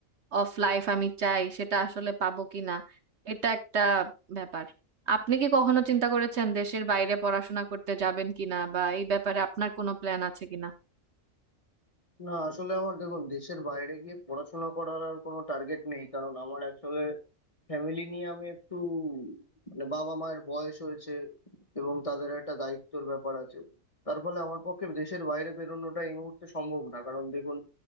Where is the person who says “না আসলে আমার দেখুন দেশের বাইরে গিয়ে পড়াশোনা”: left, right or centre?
Left